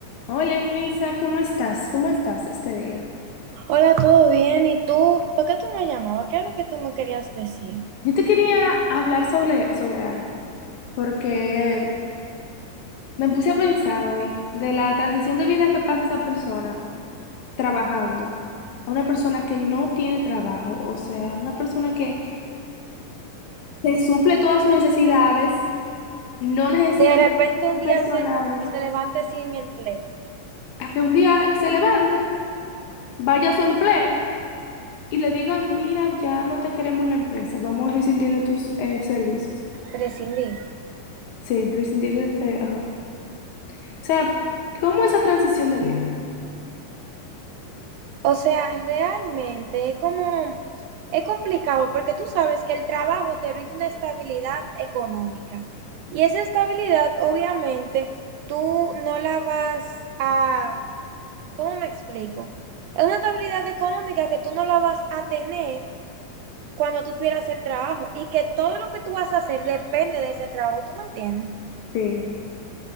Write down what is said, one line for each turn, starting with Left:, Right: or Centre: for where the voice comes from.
Left: Hola Luisa, ¿cómo estás? ¿Cómo estás este día?
Right: Hola, ¿todo bien? ¿Y tú? ¿Por qué tú me llamabas? ¿Qué es lo que tú me querías decir?
Left: Yo te quería hablar sobre, sobre algo, porque me puse a pensar hoy de la transición de vida que pasa esa persona trabajando a una persona que no tiene trabajo, o sea, una persona que se suple todas sus necesidades, no necesita
Right: Y de repente
Left: protegerse
Right: un día se,
Left: a nadie,
Right: como que se levante sin empleo,
Left: a que un día se levante, vaya a su empleo y le digan, mira, ya no te queremos en la empresa, vamos a rescindir de tus eh, servicios.
Right: Prescindir.
Left: Sí, resentirse te- ajá. O sea, ¿cómo esa transición de vida?
Right: O sea, realmente es como, es complicado porque tú sabes que el trabajo te brinda una estabilidad económica. Y esa estabilidad, obviamente, tú no la vas a, ¿cómo me explico? Es una estabilidad económica que tú no la vas a tener cuando tú pierdas el trabajo y que todo lo que tú vas a hacer depende de ese trabajo, ¿tú me entiendes?
Left: Sí.